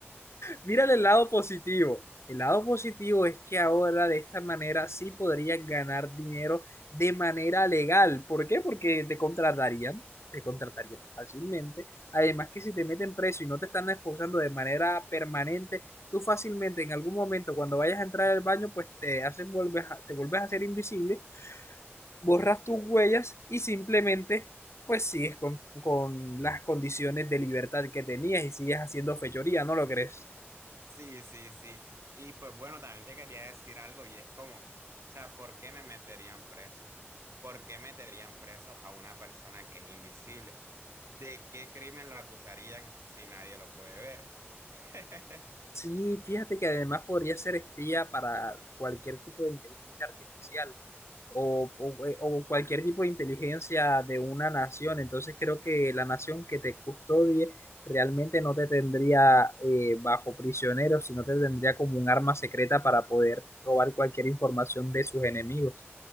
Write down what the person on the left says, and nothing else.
Mírale el lado positivo. El lado positivo es que ahora de esta manera sí podrías ganar dinero de manera legal. ¿Por qué? Porque te contratarían, te contratarían fácilmente. Además que si te meten preso y no te están esposando de manera permanente, tú fácilmente en algún momento cuando vayas a entrar al baño, pues te hacen volver, a- te vuelves a hacer invisible, borras tus huellas y simplemente pues sigues con, con las condiciones de libertad que tenías y sigues haciendo fechoría, ¿no lo crees?
Sí, fíjate que además podría ser espía para cualquier tipo de inteligencia artificial o, o- o cualquier tipo de inteligencia de una nación. Entonces creo que la nación que te custodie realmente no te tendría eh, bajo prisionero, sino te tendría como un arma secreta para poder robar cualquier información de sus enemigos.